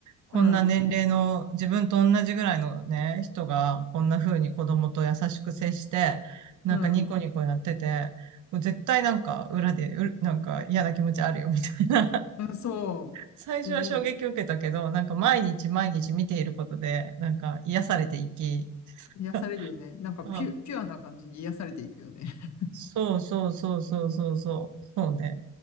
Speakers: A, on the right (about 75°); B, on the left (about 60°).
A: こんな年齢の自分と同じぐらいのね、
B: うん、
A: 人がこんな風に子供と優しく接して、なんかニコニコやってて、
B: うん。
A: もう絶対なんか裏でう、なんか嫌な気持ちあるよみたいな
B: うん、そ
A: 最初は衝撃を受けたけど、
B: う。おう。
A: なんか毎日毎日見ていることで、なんか癒されていき、
B: 癒されるよね。
A: <laughs>
B: なんかピュ、
A: あ、
B: ピュアな感じに癒されていくよね。<laughs>
A: そうそうそうそうそうそう、そうね。